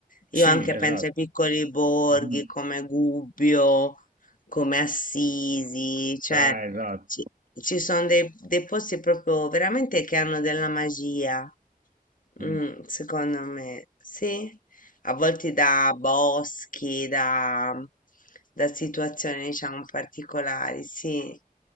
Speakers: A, on the left (about 60°); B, on the right (about 65°).
A: Io
B: Sì,
A: anche
B: esatto.
A: penso ai piccoli borghi
B: Mhm.
A: come Gubbio, come Assisi, cioè
B: Ah, esatto.
A: ci, ci sono dei, dei posti proprio veramente che hanno della magia.
B: Mhm.
A: Mm, secondo me sì, a volte da boschi, da, mhmm, da situazioni diciamo particolari, sì.